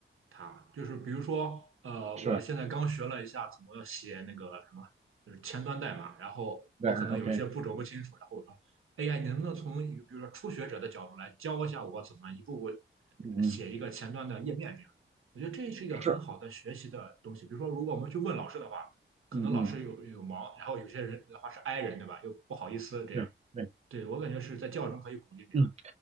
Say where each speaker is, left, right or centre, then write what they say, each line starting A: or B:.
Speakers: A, on the right (about 85°); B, on the right (about 30°).
A: 他就是比如说，呃，
B: 是，
A: 我现在刚学了一下怎么写那个什么，就是前端代码，然后我可能有一些步骤不清楚，
B: 对，OK，
A: 然后我说 a 呀，你能不能从一个比如说初学者的角度来教一下我怎么一步步
B: 嗯嗯，
A: 写一个前端的页面这样？我觉得这是一个很好的学习的东西。
B: 是，
A: 比如说，如果我们去问老师的话，可能老师有有忙，
B: 嗯嗯，
A: 然后有些人的话是 i 人，对吧？又不好意思这样。
B: 对对。
A: 对，我感觉是在教育中可以鼓励这样。
B: 嗯。